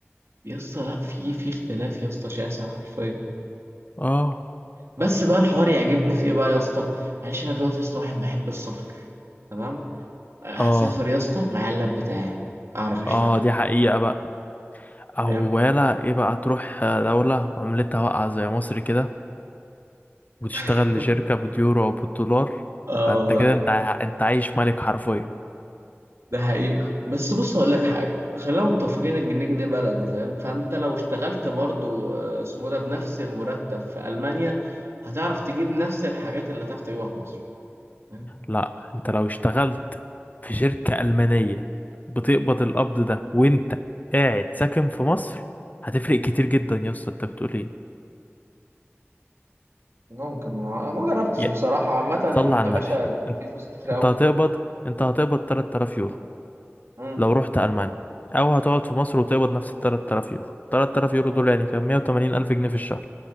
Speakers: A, on the right; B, on the left.
A: يا اسطى لا في في اختلاف يا اسطى شاسع حرفيا
B: اه
A: بس بقى الحوار يعجبني في ايه بقى يا اسطى معلش انا دلوقتي يا اسطى واحد بحب السفر تمام أه، هسافر
B: اه
A: يا اسطى مع اللاب بتاعي اعرف اشتغل
B: اه دي حقيقة بقى او
A: فاهم
B: يلا ايه بقى تروح دولة عملتها واقعة زي مصر كده وتشتغل
A: <laughs>
B: لشركة باليورو او بالدولار
A: اه
B: فانت
A: والله
B: كده انت انت عايش ملك حرفيا
A: ده حقيقة بس بص هقول لك حاجة خلينا متفقين الجنيه جنيه بلده فاهم فانت لو اشتغلت برضو آه، اسمه ده بنفس المرتب في ألمانيا هتعرف تجيب نفس الحاجات اللي هتعرف تجيبها في مصر فاهم؟
B: لا انت لو اشتغلت في شركة ألمانية بتقبض القبض ده وانت قاعد ساكن في مصر هتفرق كتير جدا يا اسطى انت بتقول ايه
A: ممكن ما ما جربتش
B: يا
A: بصراحة عامة
B: صلي على
A: يا
B: النبي
A: باشا
B: انت
A: دي فلوس كتير
B: انت
A: أوي
B: هتقبض انت هتقبض 3000 يورو
A: مم.
B: لو رحت ألمانيا او هتقعد في مصر وتقبض نفس ال 3000 يورو 3000 يورو دول يعني كام 180 الف جنيه في الشهر